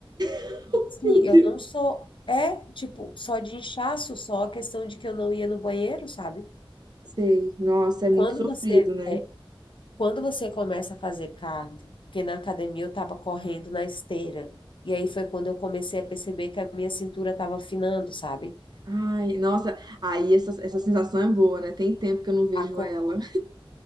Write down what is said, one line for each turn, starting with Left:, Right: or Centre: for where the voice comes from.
Right: <laughs>
Left: Sim,
Right: Meu
Left: eu
Right: Deus.
Left: não sou... É, tipo, só de inchaço, só a questão de que eu não ia no banheiro, sabe?
Right: Sei. Nossa, é
Left: Quando
Right: muito sofrido,
Left: você...
Right: né?
Left: é, Quando você começa a fazer cardio, porque na academia eu estava correndo na esteira, e aí foi quando eu comecei a perceber que a minha cintura estava afinando, sabe?
Right: Ai, nossa. Aí essa, essa sensação é boa, né? Tem tempo que eu não vejo
Left: A corrida.
Right: ela.